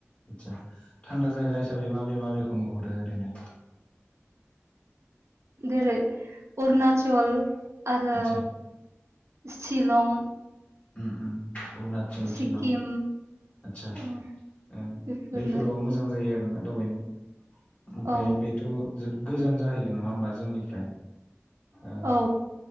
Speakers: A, on the left (about 30°); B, on the right (about 75°).
A: आतसा थान्दा जाय गा हिसाबै माबे माबे खौ नुहुरो? दो ओरैनो
B: जेरै अरुणाचल आरो
A: आदसा
B: शिलं
A: उम उम अरुणाचल
B: सिक्किम
A: शिलं आचसा
B: औ
A: उम
B: बेफोरनो
A: बेफोराव मोजां जायो दावबायनो ओमफ्राय
B: औ
A: बेथ' जोब गोजान जाहैगोन नङा होमबा जोंनिफ्राय ओ
B: औ